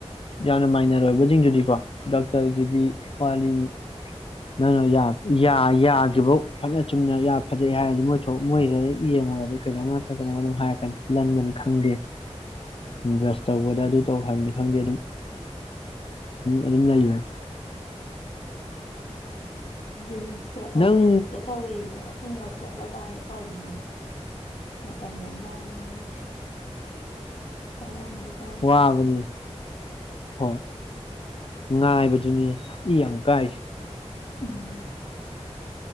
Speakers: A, on the left; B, on the left.
A: ꯌꯥꯝꯅ ꯃꯥꯏꯅꯔ ꯑꯣꯏꯕꯁꯤꯡꯗꯨꯗꯤꯀꯣ ꯗꯣꯛꯇꯔꯒꯤꯗꯤ ꯋꯥꯔꯤꯅꯤ ꯅꯪꯅ ꯌꯥꯐꯧ ꯐꯠꯅ ꯆꯨꯝꯅ ꯌꯥ ꯐꯖꯩ ꯍꯥꯏꯔꯗꯤ ꯃꯣꯏ ꯃꯣꯏꯁꯤꯗ ꯌꯦꯡꯉꯨꯔꯗꯤ ꯀꯩꯗ ꯅꯠꯇ꯭ꯔꯒ ꯀꯩꯅꯣ ꯑꯗꯨꯝ ꯍꯥꯏꯔꯛꯀꯅꯤ ꯂꯟꯕꯅꯤ ꯈꯪꯗꯦ ꯕ꯭ꯔꯁ ꯇꯧꯕꯗ ꯑꯗꯨ ꯇꯧ ꯍꯥꯏꯕꯅꯤ ꯈꯪꯗꯦ ꯑꯗꯨꯝ ꯑꯗꯨꯝ ꯂꯩꯕꯅꯤ
B: ꯔꯤꯝꯁꯇ
A: ꯅꯪ
B: ꯖꯦꯅꯤꯝꯁꯇ ꯇꯧꯏꯤ ꯑꯍꯨꯝꯂꯛ ꯆꯠꯂꯒ ꯍꯥꯟꯅ ꯐꯪꯉ ꯃꯇꯝ ꯌꯥꯝ ꯃꯥꯡꯉꯤ ꯄꯩꯁꯥ ꯌꯥꯝꯗ ꯇꯥ
A: ꯋꯥꯕꯅꯤ ꯍꯣꯏ ꯉꯥꯏꯕꯗꯨꯅꯦ ꯏ ꯌꯥꯝ ꯀꯥꯏꯁꯦ
B: ꯎꯝ